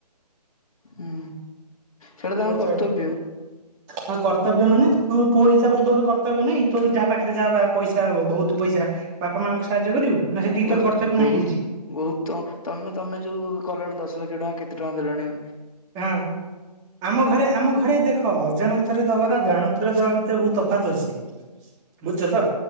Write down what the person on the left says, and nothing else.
ହୁଁ ସେଇଟା ତାଙ୍କ
କର୍ତ୍ତବ୍ୟ।
ଓହୋଃ
ବହୁତ
ବହୁତ ତ ତମେ ତମେ ଯୋଉ କଲାଣି ଦଶ ଲକ୍ଷ ଟଙ୍କା କେତେ ଟଙ୍କା ଦେଲାଣି?